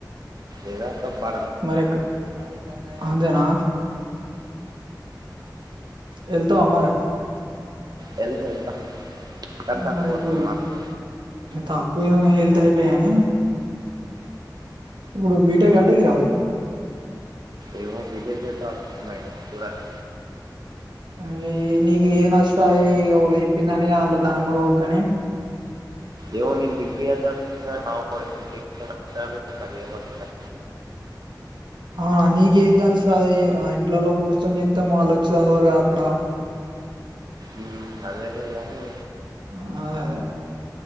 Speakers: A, on the right (about 60°); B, on the right (about 90°).
A: ఏద స కా బా
B: మరి ఎక్కడ అంతేనా వెళ్తావా మరె
A: వెళ్తా వెళ్తా కానీ
B: అరె
A: తక్కువ
B: మరి ఇప్పుడు
A: వస్తాయి మార్క్స్
B: తక్కువ వెళ్తా అయి నెయ్యేనా ఇప్పుడు బీటెక్ డిగ్రీ య
A: ఏమో బీటెక్ చేద్దామనుకుంటా ఉన్నా ఇగ చూడాలి
B: మరి నీకు ఏది నచ్చితే అదే చెయ్ ఒక్కలు చెప్పి లు అని దానిమ్మటి పోకనే
A: ఏమో నేను డిగ్రీ చేద్దమ్ మా మావోలు చెప్పిండు చేద్దామనుకుంటున్నా ఏమంటాడో
B: అవునా నీక ఏది తెస్తుంది రా ఇంట్లోలో కూర్చొని చెస్త వాళ్ళు వచ్చి చదవారు కదా అక్కడ
A: మ్మ్ అదేలే అని
B: మ్మ్ అదే అదే